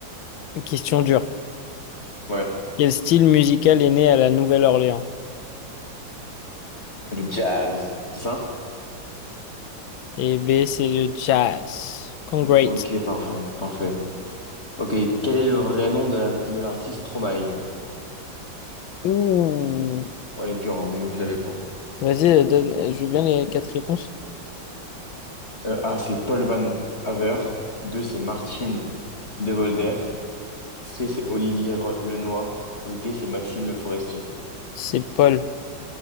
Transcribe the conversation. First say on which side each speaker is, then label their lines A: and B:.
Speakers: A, on the left; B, on the left.
A: Une Question dure.
B: Ouais,
A: Quel style musical est né à la Nouvelle-Orléans?
B: c'est le jazz, c'est ça?
A: Et B, c'est le jazz. Congrats.
B: Ok, parfait, parfait. Ok, quel est le vrai nom de la- de l'artiste Stromae?
A: Ouh.
B: Ouais, elle est dure, hein, moi je l'avais pas.
A: Vas-y, euh, donne, euh, je veux bien les quatre réponses.
B: Euh, A, c'est Paul Van Haver. 2, c'est Martine De Volder. C, c'est Olivier Re- Lenoir. Ou D, c'est Maxime Le Forestier.
A: C'est Paul.